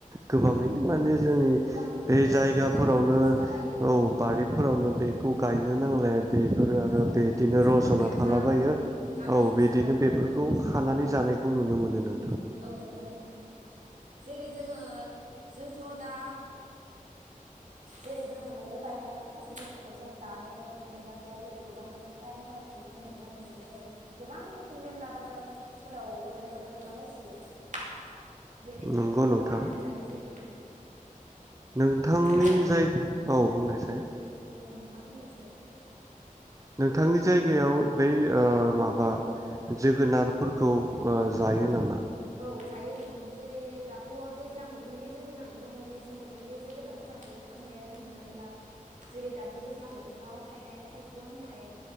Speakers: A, on the right; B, on the right.
A: गोबाङैनो
B: औ
A: माने जोंनि
B: गोबाङैनो
A: बे
B: ओरैनो
A: जायगाफोरावनो
B: मेरला मोनसलाबायो
A: औ बारिफोरावनो बेखौ गायनो नांलाया बेफोरो आरो
B: औ
A: बेदिनो
B: जोंनाव
A: रज'ना
B: मेरला
A: थालाबायो
B: औ
A: औ
B: गामि ओनसोलाव
A: बिदिनो बेफोरखौ
B: औ
A: खनानै जानायखौ नुनो मोनो नों
B: औ नंगौ नोंथां जेरै जोङो जोंथ' दा जेरै जोङो न'आव गायनाय थ'फोरखौ थ' जों दानो मोनजाथ'वा जेरै गोजां बोथोर टाइमफोरावसो जोङो मोनजाहैनाय जायो गोबां रोखोम मेरला बाजारफोराव ओरैनो ओंखारलाबायसि <inaudible> जेरै जों
A: नंगौ
B: बेफोरखौ
A: नोंथां
B: बायनानै जानाय जायो
A: नोंथांनि
B: आरो
A: जाय औ बुंनायसै
B: औ नोंथां बुंलायसै
A: नोंथांनि जायगायाव बै माबा जोगोनारफोरखौ जायो नामा
B: औ जायो नोंथां जेरै दाथ' दैज्लां बोथोरनि जोगोनारबो दङ मेसें बोथोरनि जोगोनारफोराथ' थांबायानो हमनानै ला जेरै दाथ' दैज्लां बोथोराव थायनाय थायफु हांनाय